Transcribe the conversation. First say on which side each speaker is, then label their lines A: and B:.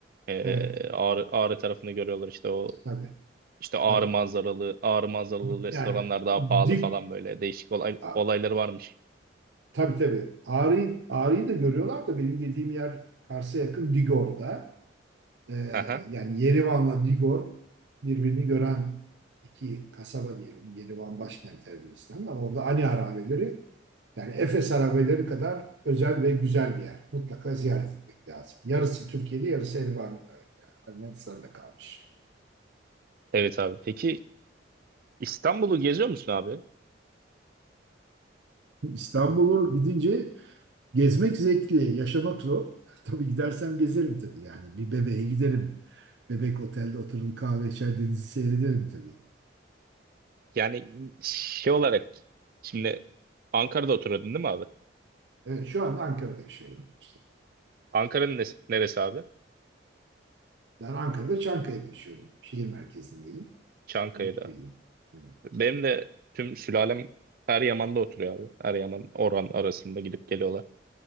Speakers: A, on the right; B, on the right.
A: Ee,
B: Evet, evet,
A: Ağrı, Ağrı tarafında görüyorlar işte o
B: tabii,
A: işte Ağrı
B: tabii.
A: manzaralı Ağrı manzaralı
B: Yani
A: restoranlar daha pahalı
B: dik,
A: falan böyle değişik olay,
B: a,
A: olayları varmış.
B: tabii tabii. Ağrı'yı, Ağrı'yı da görüyorlar da benim dediğim yer Kars'a yakın Digor'da. Ee,
A: Haha.
B: yani Yerivan'la Digor birbirini gören iki kasaba diyelim. Yerivan başkent Ermenistan ama orada Ani Harabeleri yani Efes Harabeleri kadar özel ve güzel bir yer. Mutlaka ziyaret etmek lazım. Yarısı Türkiye'de, yarısı Erivan, Ermenistan'da kalmış.
A: Evet abi. Peki İstanbul'u geziyor musun abi?
B: İstanbul'u gidince Gezmek zevkli, yaşamak zor. <laughs> Tabii gidersem gezerim tabii. Yani bir bebeğe giderim. Bebek otelde oturur kahve içer denizi seyrederim tabii.
A: Yani şey olarak şimdi Ankara'da oturuyordun değil mi abi?
B: Evet şu anda Ankara'da yaşıyorum. işte.
A: Ankara'nın nes- neresi abi?
B: Ben Ankara'da Çankaya'da yaşıyorum. Şehir merkezindeyim.
A: Çankaya'da.
B: Ümitköy'deyim. Evet
A: Benim de tüm sülalem Eryaman'da oturuyor abi. Eryaman, Orhan arasında gidip geliyorlar.